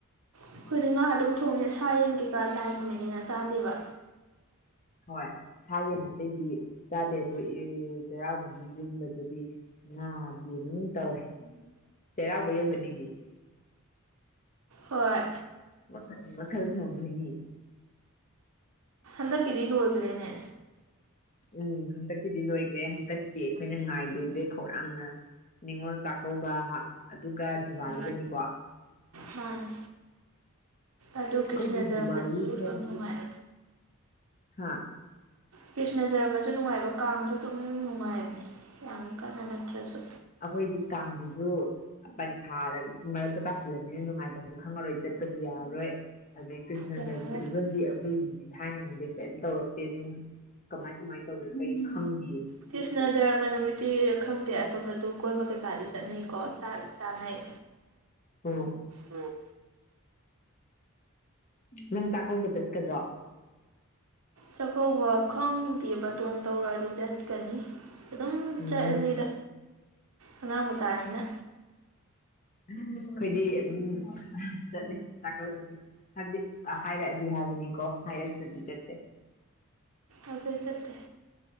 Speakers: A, on the right; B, on the left.
A: ꯑꯩꯈꯣꯏꯗꯤ ꯉꯍꯥ ꯑꯗꯨꯝ ꯊꯣꯡꯉꯦ ꯁꯥ ꯌꯦꯡꯒꯦꯀꯥ ꯌꯥꯝ ꯍ°ꯟꯅꯥ ꯆꯥꯗꯦꯕ
B: ꯍꯣꯏ ꯁꯥ ꯌ°ꯟ ꯑꯇꯩꯗꯤ ꯆꯥꯗꯦ ꯑꯗꯣ ꯆꯩꯔꯥꯎꯕꯒꯤ ꯌꯟꯕꯗꯨꯗꯤ ꯉꯥꯗꯤ ꯑꯗꯨꯝ ꯇꯧꯋꯦ ꯆꯩꯔꯥꯎꯕ ꯌꯧꯍꯟꯅꯤꯡꯉꯤ
A: ꯍꯣꯏ
B: ꯃꯈꯜ ꯃꯈꯜ ꯊꯣꯡꯗꫭꯅꯤ
A: ꯍꯟꯗꯛꯀꯤꯗꯤ ꯂꯣꯖꯔꯦꯅꯦ
B: ꯑꯝ ꯍꯟꯇꯛꯀꯤꯗꯤ ꯂꯣꯏꯈ꯭ꯔꯦ ꯍꯟꯇꯛꯀꯤ ꯑꯩꯈꯣꯏꯅ ꯉꯥꯏꯗꯣꯏꯁꯦ ꯈꯧꯔꯥꯡꯅꯥ ꯅꯤꯉꯣꯜ ꯆꯥꯛꯀꯧꯕꯥ ꯍꯥ ꯑꯗꯨꯒꯥ
A: ꯎꯝ
B: ꯗꯤꯋꯥꯂꯤꯒꯅꯤꯀꯣ꯫
A: ꯃꯥꯅꯤ ꯑꯗꯨ
B: ꯑꯩꯈꯣꯏꯗꯤ
A: ꯀ꯭ꯔꯤꯁꯅꯖꯃꯁꯨ
B: ꯗꯤꯋꯥꯂꯤꯁꯦ
A: ꯌꯥꯝ ꯅꯨꯡꯉꯥꯏ
B: ꯍꯥ
A: ꯀ꯭ꯔꯤꯁꯅꯖꯔꯃꯁꯨ ꯅꯨꯡꯉꯥꯏꯕ ꯀꯥꯡꯁꯨ ꯑꯗꯨꯝ ꯅꯨꯡꯉꯥꯏꯕꯅꯦ ꯌꯥꯝ ꯀꯟꯅ ꯅꯠꯇ꯭ꯔꯁꯨ
B: ꯑꯩꯈꯣꯏꯒꯤ ꯀꯥꯡꯁꯤꯁꯨ ꯄꯔꯤꯈꯥꯗ ꯃꯔꯛꯇ ꯇꯥꯁꯜꯂꯃꯤꯅ ꯅꯨꯡꯉꯥꯏꯐꯝꯁꯨ ꯈꯪꯉꯔꯣꯏ ꯆꯠꯄꯁꯨ ꯌꯥꯔꯔꯣꯏ ꯑꯗꯨꯗꯗꯒꯤ ꯀ꯭ꯁꯅꯖꯟꯃꯗꯨ
A: ꯌꯥꯔ
B: ꯃꯗꯤꯤ ꯑꯩꯣꯏꯒꯤꯗꯤ ꯊꯥꯏꯅꯅꯤꯡꯗꯦ ꯀꯔꯤꯝ ꯇꯧꯔꯛꯇꯦ ꯑꯗꯨꯝ ꯀꯃꯥꯏ ꯀꯃꯥꯏꯅ ꯇꯧꯒ ꯀꯩ ꯈꯪꯗꯦ
A: ꯀ꯭ꯔꯤꯁꯥ ꯖꯔꯃ ꯅꯨꯃꯤꯠꯗꯤ ꯈꯪꯗꯦ ꯑꯇꯣꯞꯄ ꯑꯗꯨ ꯀꯣꯏꯕ ꯀꯩꯀꯥꯗꯤ ꯆꯠꯅꯩꯀꯣ ꯆꯥꯛ ꯆꯥꯅꯩ
B: ꯍ
A: ꯎꯝ
B: ꯅꯪ ꯆꯥꯛꯀꯧꯕꯥ ꯆꯠꯀꯗ꯭ꯔꯣ?
A: ꯆꯥꯛꯀꯧꯕ ꯈꯪꯗꯦ ꯕꯇꯣꯟ ꯇꯧꯔꯛꯑ ꯑꯗꯨ ꯆꯠꯀꯅꯤ ꯑꯗꯨꯝ
B: ꯎꯝ
A: ꯆꯠꯂꯂꯤꯗ ꯑꯉꯥꯡ ꯃꯆꯥꯅꯤꯅ
B: ꯑꯩꯈꯣꯏꯗꯤ ꯑꯗꯨꯝ ꯆꯠꯂꯤ ꯆꯥꯛꯀꯧꯕꯁꯤ ꯍꯥꯏꯕꯗꯤ ꯍꯥꯏꯔꯛꯑꯗꯤ ꯍꯥꯏꯕꯅꯤꯀꯣ ꯍꯥꯏꯔꯗꯨꯗꯤ ꯆꯠꯇꯦ
A: ꯑꯗꯨꯈꯗ